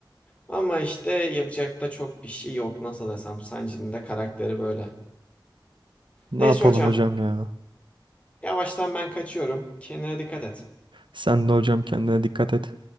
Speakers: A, on the left; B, on the right.
A: Ama işte yapacak da çok bir şey yok. Nasıl desem Sanji'nin de karakteri böyle.
B: Ne
A: Neyse
B: yapalım
A: hocam,
B: hocam ya?
A: yavaştan ben kaçıyorum. Kendine dikkat et.
B: Sen de hocam kendine dikkat et.